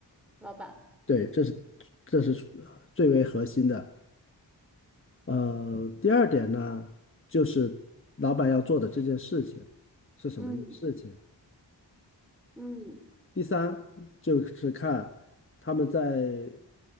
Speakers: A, in the centre; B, on the left.
A: 老板？
B: 对，这是这是最为核心的。呃，第二点呢，就是老板要做的这件事情是什么一个事情？
A: 嗯嗯
B: 第三就是看他们在